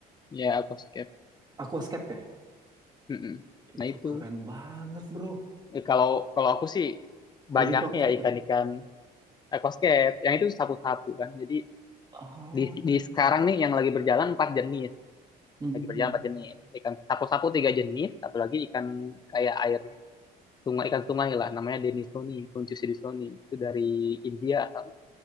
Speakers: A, on the left; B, on the right.
A: Ya, aquascape.
B: aquascape ya
A: Mm-mm.
B: itu
A: Nah itu.
B: keren banget bro
A: Eh, Kalau kalau aku sih banyaknya
B: lebih ke aquascape
A: ya ikan-ikan
B: ya
A: aquascape. Yang itu sapu-sapu kan. Jadi
B: oh
A: di, di
B: iya
A: sekarang nih yang lagi berjalan empat jenis.
B: Mhm.
A: Lagi berjalan empat jenis. Ikan sapu-sapu tiga jenis. Satu lagi ikan kayak air sungai ikan sungai lah. Namanya Denisoni, Kuntius denisoni. Itu dari India asalnya.